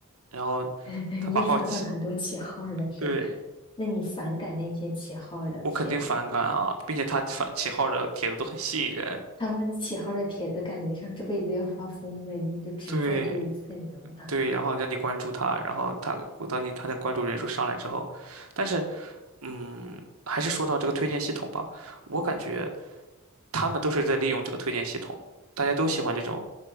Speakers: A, on the right (about 80°); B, on the left (about 25°).
A: 然后
B: <laughs>
A: 他把号起，
B: 你也刷到了很多 <laughs> 起号儿的是吧？
A: 对，
B: 那你反感那些起号儿的帖子吗
A: 我肯定反感啊，并且他反起号的帖子都很吸引人，
B: 他们起号的帖子感觉像这辈子要发疯了一样，就只做这一次，
A: 对
B: 知人了，
A: 对，然后让你关注他，然后他我当你他的关注人数上来之后，但是嗯，还是说到这个推荐系统吧，我感觉他们都是在利用这个推荐系统。大家都喜欢这种